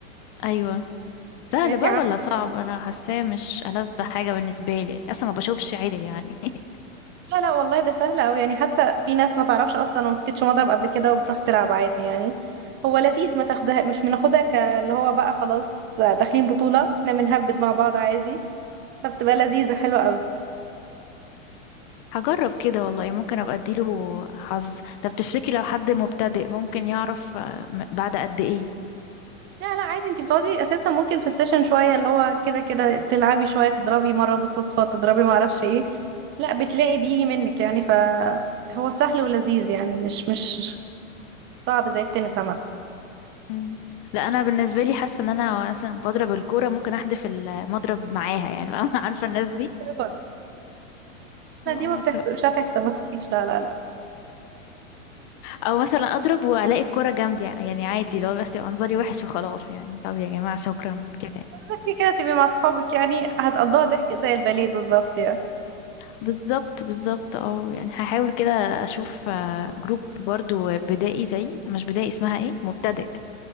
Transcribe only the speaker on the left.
ايوه سهل
بقى
ولا صعب انا حاساه مش ألذ حاجة بالنسبة لي اصلا ما بشوفش عدل يعني <laughs>
هجرب كده والله ممكن ابقى اديله حظ طب تفتكري لو حد مبتدئ ممكن يعرف آه، م- بعد قد ايه
مم. لا انا بالنسبة لي حاسة ان انا مثلا بضرب الكورة ممكن احدف المضرب معاها يعني <laughs> عارفة الناس دي
اه
طب
او مثلا اضرب والاقي الكرة جنبي يعني عادي لو بس يبقى منظري وحش وخلاص يعني طب يا جماعة شكرا كده
بالظبط بالظبط اه يعني هحاول كده اشوف آه، جروب برضو بدائي زي مش بدائي اسمها ايه مبتدئ